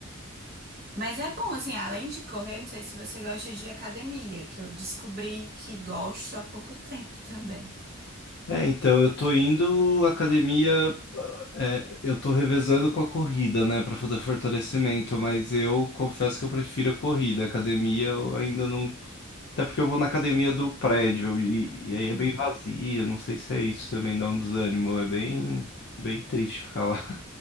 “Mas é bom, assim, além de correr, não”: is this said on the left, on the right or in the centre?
Right